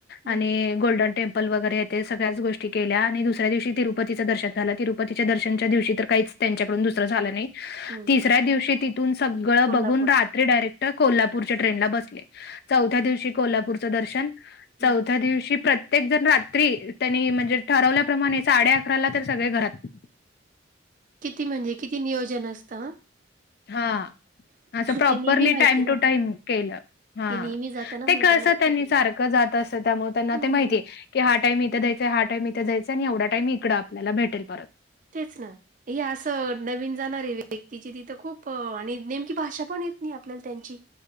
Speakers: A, on the right; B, on the left.
A: हम्म
B: आणि गोल्डन टेम्पल वगैरे ते सगळ्याच गोष्टी केल्या आणि दुसऱ्या दिवशी तिरुपतीचं दर्शन झा तिरुपतीच्या दर्शनच्या दिवशी तर काहीच त्यांच्याकडून दुसरं झालं नाही.
A: हम्म
B: तिसऱ्या दिवशी तिथून सगळं
A: कोल्हापूर
B: बघून रा ते डायरेक्ट कोल्हापूरच्या ट्रेनला बसले चौथ्या दिवशी कोल्हापूरचं दर्शन
A: हम्म
B: चौथ्या दिवशी प्रत्येक जण रात्री त्यांनी म्हणजे ठरवल्याप्रमाणे साडे अकराला तर सगळे घरात
A: किती म्हणजे किती नियोजन असतं ह
B: हा अस प्रॉपरली
A: ते नेहमी माहिती
B: टाईम
A: ना
B: टू टाइम केलं ह
A: ते नेहमी जाताना
B: ते
A: म्हणून
B: कस
A: त्यांना येत
B: त्यांनी
A: नाही तुला
B: सारख जात मग त्यांना
A: हम्म
B: ते माहिती आहे. क हा टाईमथ द्याय हा टाइमथ द्यायचाय आणि एवढ टाईम इकड आपल्याला भेटेल परत.
A: तेच ना. हे असं नवीन जाणार आहे व्यक्तीची तिथं खूप आणि नेमकी भाषा पण येत नाही आपल्याला त्यांची.